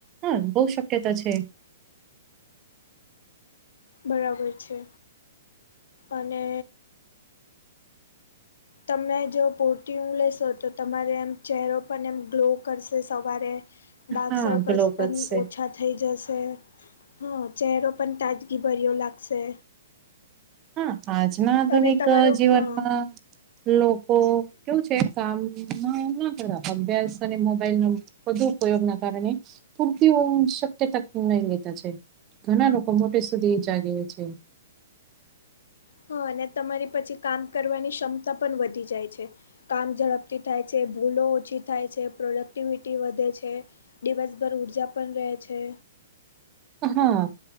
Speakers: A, on the right; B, on the left.
A: હા બહુ શક્યતા છે.
B: બરાબર છે અને, તમે જો પૂરતી ઊંઘ લેશો તો તમારે એમ ચહેરો પણ એમ ગ્લો કરશે સવારે, ડાર્ક
A: હા
B: સર્કલ્સ
A: ગ્લોબસ
B: પણ
A: છે
B: ઓછા, થઈ જશે, હં ચહેરો પણ તાજગીભર્યો લાગશે.
A: હા આજના આધુનિક
B: અને તમારો
A: જીવનમાં
B: હા
A: લોકો કેવું છે. કામ ના કર અભ્યાસ અને મોબાઈલ નો વધુ ઉપયોગ ના કારણે, પૂરતી ઊંઘ શક્યતા નહી લેતા છે ઘણા લોકો મોટે સુધી જાગે છે.
B: હા અને તમારી પછી કામ કરવાની ક્ષમતા પણ વધી જાય છે. કામ ઝડપથી થાય છે, ભૂલો ઓછી થાય છે, પ્રોડક્ટિવિટી વધે છે, દિવસભર ઉર્જા પણ રહે છે,
A: હા.